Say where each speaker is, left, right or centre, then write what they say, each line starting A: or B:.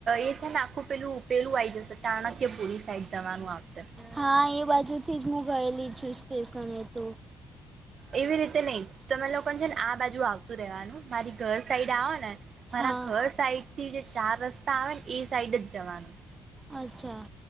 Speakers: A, on the right; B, on the right.
A: એ છે, ને આખું પેલું પેલું આઈ જશે, ચાણક્યપુરી સાઈડ જવાનું આપશે.
B: હા એ બાજુ થી જ મુ ગયેલી છું સ્ટેશને તો.
A: એવી રીતે નઈ તમે લોકોન છે ને આ બાજુ આવતું રેહવાનું, મારી ઘર સાઈડ આવો ને મારા
B: હા
A: ઘર સાઈડ થી જે ચાર રસ્તા આવે ને એ સાઈડ જ જવાનું.
B: અચ્છા.